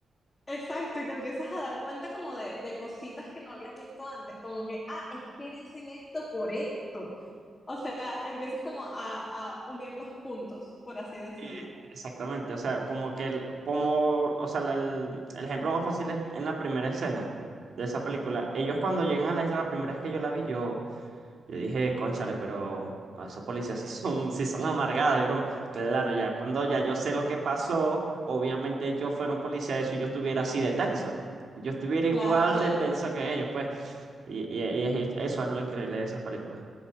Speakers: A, on the left (about 25°); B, on the right (about 55°).
A: exacto, y te empiezas a dar cuenta como de, de cositas que no habías visto antes, como que, ah, es que dicen esto por esto. O sea, empiezas como a, a unir los puntos, por así decirlo.
B: Eh, Exactamente, o sea, como que el, como, o sea, la- el, el ejemplo más fácil es en la primera escena de esa película. Ellos cuando llegan a la isla, la primera vez que yo la vi, yo, yo dije, cónchale, pero esos policías sí son, sí son amargados y broma. Claro, ya cuando ya yo sé lo que pasó, obviamente yo fuera un policía de eso y yo estuviera así de tenso. Yo estuviera igual
A: Claro, claro.
B: de tenso que ellos, pues. Y, y, y es- eso es lo increíble de esas películas.